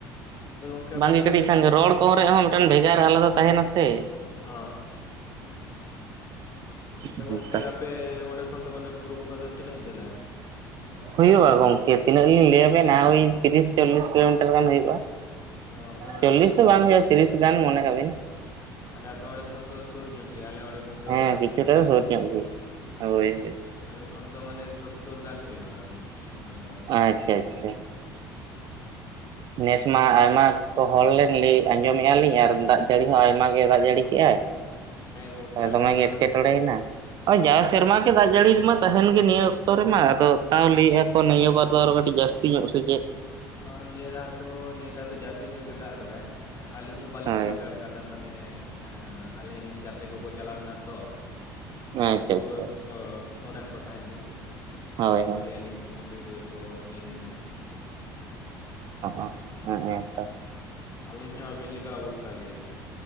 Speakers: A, on the left (about 30°); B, on the right (about 40°).
A: ᱟᱫᱚ ᱜᱚᱝᱠᱮ ᱟᱯᱮ
B: ᱵᱟᱝᱜᱮ
A: ᱚᱸᱰᱮ
B: ᱠᱟᱹᱴᱤᱡ ᱥᱟᱸᱜᱮ ᱨᱚᱲ ᱠᱚᱨᱮ ᱦᱚᱸ ᱢᱤᱫᱴᱟᱝ ᱵᱷᱮᱜᱟᱨ ᱟᱞᱟᱫᱟ ᱛᱟᱦᱮᱱᱟ ᱥᱮ
A: ᱦᱻ
B: ᱦᱮᱸᱛᱚ
A: ᱟᱫᱚ ᱜᱚᱝᱠᱮ ᱟᱯᱮ ᱚᱸᱰᱮ ᱠᱷᱚᱱ ᱫᱚ ᱢᱟᱱᱮ ᱵᱩᱨᱩ ᱵᱚᱸᱜᱟ ᱫᱚ ᱛᱤᱱᱟᱹᱜ ᱡᱮᱞᱟ
B: ᱦᱩᱭᱩᱜᱼᱟ ᱜᱚᱝᱠᱮ ᱛᱤᱱᱟᱹᱜ ᱞᱤᱧ ᱞᱟᱹᱭᱟᱵᱮᱱᱟ ᱳᱭ ᱛᱤᱨᱤᱥ ᱪᱚᱞᱞᱤᱥ ᱠᱤᱞᱳᱢᱤᱴᱟᱨ ᱜᱟᱱ ᱦᱩᱭᱩᱜᱼᱟ
A: ᱚ ᱟᱯᱮ ᱚᱸᱰᱮ
B: ᱪᱚᱞᱞᱤᱥ
A: ᱠᱷᱚᱱ
B: ᱫᱚ ᱵᱟᱝ ᱦᱩᱭᱩᱜᱼᱟ ᱛᱤᱨᱤᱥ ᱜᱟᱱ ᱢᱚᱱᱮ ᱠᱟᱜᱵᱤᱱ
A: ᱛᱟᱦᱞᱮ ᱟᱯᱮ ᱚᱸᱰᱮ ᱠᱷᱚᱱ ᱫᱚ ᱥᱩᱨ ᱧᱚᱜ ᱜᱮᱭᱟ ᱟᱞᱮ ᱚᱸᱰᱮ ᱠᱷᱚᱱ ᱫᱚ
B: ᱦᱮᱸ
A: ᱠᱟᱹᱴᱤᱡ
B: ᱠᱤᱪᱷᱩᱴᱟ
A: ᱥᱟᱺᱜᱤᱧ
B: ᱫᱚ ᱥᱩᱨ
A: ᱧᱚᱜ ᱜᱮᱭᱟ
B: ᱦᱳᱭ ᱦᱳᱭ
A: ᱟᱞᱮ ᱠᱷᱚᱱ ᱫᱚ ᱢᱟᱱᱮ ᱥᱳᱛᱛᱳᱨ ᱜᱟᱱ ᱦᱩᱭᱩᱜᱼᱟ ᱟᱞᱮ ᱴᱷᱮᱱ ᱠᱷᱚᱱ ᱫᱚ
B: ᱟᱪᱪᱷᱟ ᱟᱪᱪᱷᱟ ᱱᱮᱥ ᱢᱟ ᱟᱭᱢᱟ ᱠᱚ ᱦᱚᱲ ᱞᱮᱱ ᱞᱮᱭ ᱟᱸᱡᱚᱢᱮᱫᱼᱟ ᱞᱤᱧ ᱟᱨ ᱫᱟᱜ ᱡᱟᱹᱲᱤ ᱦᱚᱸ ᱟᱭᱢᱟ ᱜᱮ ᱫᱟᱜ ᱡᱟᱹᱲᱤ ᱠᱮᱜᱟᱭ
A: ᱜᱚᱝᱠᱮ
B: ᱦᱮᱸ
A: ᱟᱹᱞᱤᱧ
B: ᱫᱢᱮ ᱜᱮ ᱮᱴᱠᱮ ᱴᱲᱮᱭᱱᱟ ᱡᱟᱦᱟ ᱥᱮᱨᱢᱟ ᱜᱮ ᱫᱟᱜ ᱡᱟᱹᱲᱤ ᱢᱟ ᱛᱟᱦᱮᱱ ᱜᱮ ᱱᱤᱭᱟᱹ ᱚᱠᱛᱚ ᱨᱮᱢᱟ ᱟᱫᱚ ᱛᱟᱣ ᱞᱟᱹᱭᱮᱫᱼᱟ ᱠᱚ ᱱᱤᱭᱟᱹ ᱵᱟᱨ ᱫᱚ ᱟᱨᱚ ᱠᱟᱹᱴᱤᱡ ᱡᱟᱹᱛᱤ ᱦᱧᱚᱜ ᱥᱮ ᱪᱮᱫ
A: ᱦ ᱱᱤᱭᱟᱹ ᱫᱟᱹᱳ ᱫᱚ ᱱᱤᱭᱟᱹ ᱫᱟᱹᱳ ᱫᱚ ᱡᱟᱹᱥᱛᱤ ᱧᱚᱜ ᱜᱮ ᱫᱟᱜ ᱟᱠᱟᱫᱟᱭ ᱟᱹᱞᱤᱧ ᱦᱚᱸ ᱵᱟᱟᱹᱞᱤᱧ
B: ᱦᱳᱭ
A: ᱪᱟᱞᱟᱣ ᱫᱟᱲᱮ ᱠᱟᱣᱫᱟ ᱢᱟᱱᱮ ᱟᱞᱮᱨᱮᱱ ᱜᱟᱛᱮ ᱠᱚᱠᱚ ᱪᱟᱞᱟᱣ ᱞᱮᱱᱟ ᱛᱚ
B: ᱟᱪᱪᱷᱟ
A: ᱩᱱᱠᱩ ᱠᱚ
B: ᱟᱪᱪᱷᱟ
A: ᱯᱷᱳᱫ ᱠᱚ ᱛᱟᱦᱮᱸᱫ ᱞᱤᱧ
B: ᱦᱳᱭ
A: ᱛᱟᱯᱚᱨᱮ ᱠᱚ
B: ᱦᱳᱭ
A: ᱞᱭᱟᱹ ᱟᱹᱞᱤᱧ ᱠᱟᱱᱟ ᱵᱷᱤᱰᱭᱳ ᱠᱚ ᱠᱚ ᱧᱮᱞ ᱦᱩᱭᱱᱟ
B: ᱚ ᱛᱚ
A: ᱟᱹᱞᱤᱧ ᱦᱚᱸ ᱟᱹᱵᱤᱱ ᱞᱮᱠᱟ ᱚᱵᱚᱥᱛᱟ ᱜᱮ